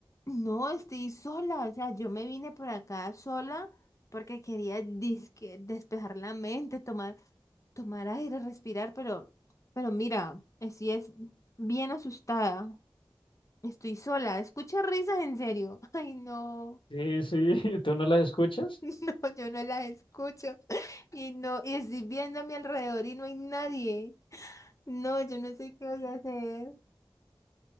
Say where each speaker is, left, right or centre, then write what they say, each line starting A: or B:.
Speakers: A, on the left; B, on the left.
A: No, estoy sola, o sea, yo me vine por acá sola porque quería disque despejar la mente, tomar, tomar aire, respirar, pero, pero mira, estoy es bien asustada. Estoy sola, escucha risas en serio. Ay, no,
B: Sí, sí, <laughs> ¿tú no las escuchas?
A: <laughs> no, yo no las escucho. Y no, y estoy viendo a mi alrededor y no hay nadie. No, yo no sé qué voy a hacer.